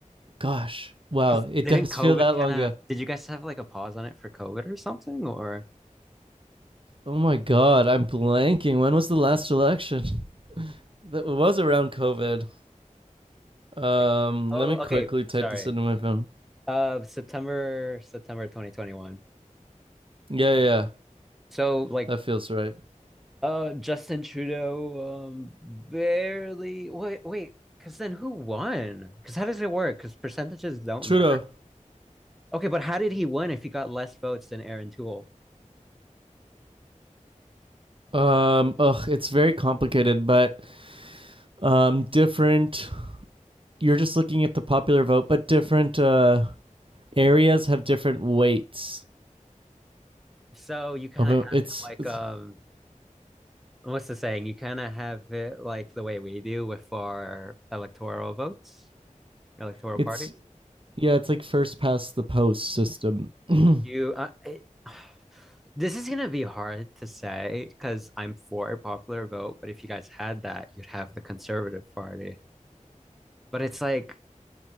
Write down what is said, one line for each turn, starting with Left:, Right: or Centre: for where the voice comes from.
Right: Gosh, wow,
Centre: Because
Right: it
Centre: didn't
Right: does
Centre: COVID
Right: feel that long
Centre: kind of
Right: ago.
Centre: did you guys have like a pause on it for COVID or something? Or
Right: Oh my god, I'm blanking. When was the last election? <laughs> That was around COVID. Um,
Centre: like oh
Right: let me quickly
Centre: okay,
Right: type
Centre: sorry.
Right: this into my phone.
Centre: Uh September September 2021.
Right: Yeah, yeah, yeah,
Centre: So like
Right: that feels right.
Centre: Uh, Justin Trudeau, um, barely. Wait, wait, because then who won? Because how does it work? Because percentages don't
Right: Trudeau.
Centre: matter. Okay, but how did he win if he got less votes than Aaron Toole?
Right: Um, ugh, it's very complicated, but um, different. You're just looking at the popular vote, but different uh areas have different weights
Centre: So you kind
Right: of
Centre: of
Right: uh,
Centre: have
Right: it's
Centre: it like,
Right: it's
Centre: um, what's the saying? You kind of have it like the way we do with our electoral votes, electoral
Right: it's
Centre: parties.
Right: Yeah, it's like first past the post system. <clears throat>
Centre: You, uh, it, <sighs> this is gonna be hard to say because I'm for a popular vote, but if you guys had that, you'd have the Conservative Party. But it's like